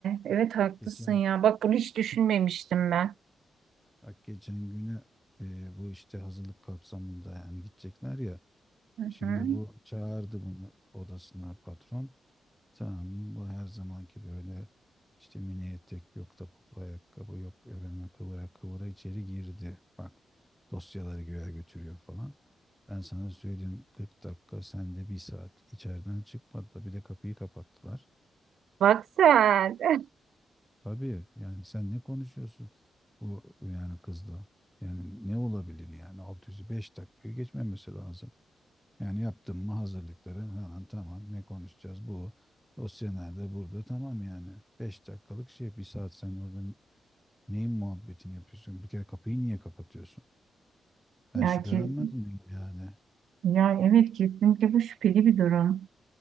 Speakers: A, on the right; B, in the centre.
A: Evet haklısın
B: geçen
A: ya. Bak bunu hiç düşünmemiştim ben.
B: Bak geçen günü e, bu işte hazırlık kapsamında yani gidecekler ya.
A: Hı
B: Şimdi
A: hı.
B: bu çağırdı bunu odasına patron. Tamam bu her zamanki böyle işte mini etek yok topuklu ayakkabı yok efendime kıvıra kıvıra içeri girdi. Bak dosyaları göğe götürüyor falan. Ben sana söyleyeyim 40 dakika sen de bir saat içeriden çıkmadı da bir de kapıyı kapattılar.
A: Bak sen. <laughs>
B: Tabii yani sen ne konuşuyorsun bu yani kızla? Yani ne olabilir yani 605 dakikayı geçmemesi lazım. Yani yaptın mı hazırlıkları hemen tamam ne konuşacağız bu. Dosya nerede burada tamam yani 5 dakikalık şey bir saat sen orada neyin muhabbetini yapıyorsun? Bir kere kapıyı niye kapatıyorsun? Ben
A: Ya,
B: şüphelenmez
A: ki,
B: miyim yani?
A: yani evet kesinlikle bu şüpheli bir durum.